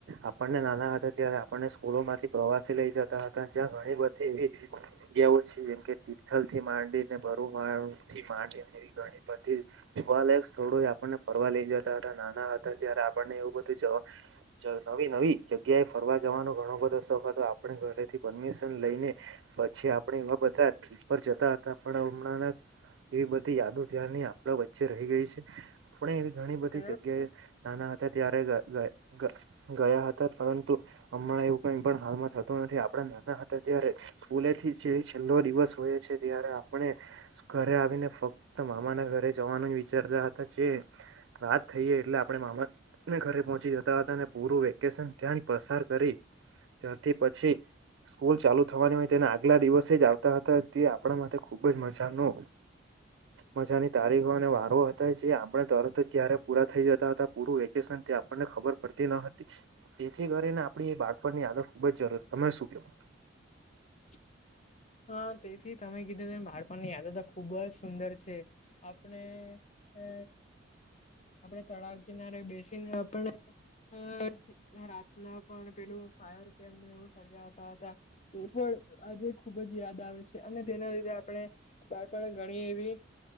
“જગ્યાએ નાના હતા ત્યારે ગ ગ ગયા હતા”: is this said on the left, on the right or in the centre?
Right